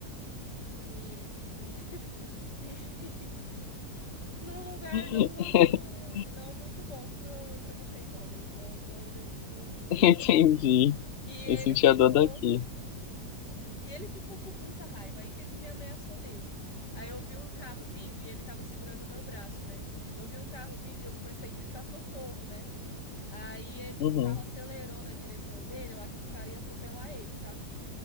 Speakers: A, on the left (about 85°); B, on the left (about 60°).
A: que <laughs> e num lugar
B: <laughs>
A: não muito não muito bom para para vocês homens, né? Então eu dei um chute nele
B: Entendi.
A: e ele
B: Eu senti
A: ficou
B: a dor daqui.
A: e ele ficou com muita raiva aí que ele me ameaçou mesmo. Aí eu vi um carro vindo e ele tava segurando o meu braço, né? Eu vi um carro vindo e eu comecei a gritar socorro, né? Aí ele-
B: Uhum.
A: o carro acelerou na direção dele, eu acho que o cara ia atropelar ele, sabe?